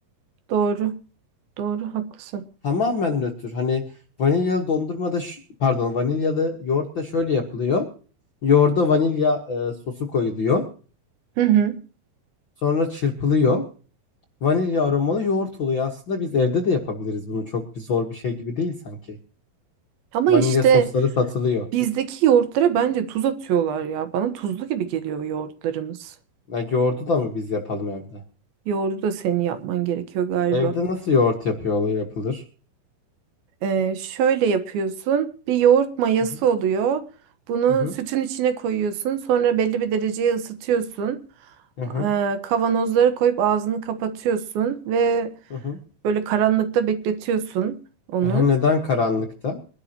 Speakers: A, on the right; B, on the left.
A: Doğru. Doğru haklısın.
B: Tamamen nötr. Hani vanilyalı dondurma da ş- pardon vanilyalı yoğurt da şöyle yapılıyor. Yoğurda vanilya e, sosu koyuluyor.
A: Hı hı.
B: Sonra çırpılıyor. Vanilya aromalı yoğurt oluyor. Aslında biz evde de yapabiliriz bunu. Çok bir zor bir şey gibi değil sanki.
A: Ama
B: Vanilya
A: işte
B: sosları satılıyor.
A: Bizdeki yoğurtlara bence tuz atıyorlar ya. Bana tuzlu gibi geliyor yoğurtlarımız.
B: Ya yoğurdu da mı biz yapalım evde?
A: Yoğurdu da senin yapman gerekiyor galiba.
B: Evde nasıl yoğurt yapıyor yapılır?
A: Ee, şöyle yapıyorsun. Bir yoğurt mayası
B: Hı hı
A: oluyor. Bunu
B: hı
A: sütün içine koyuyorsun. Sonra belli bir dereceye ısıtıyorsun.
B: hı hı.
A: Ee, kavanozlara koyup ağzını kapatıyorsun ve
B: hı hı.
A: böyle karanlıkta bekletiyorsun onu.
B: Ehe, neden karanlıkta?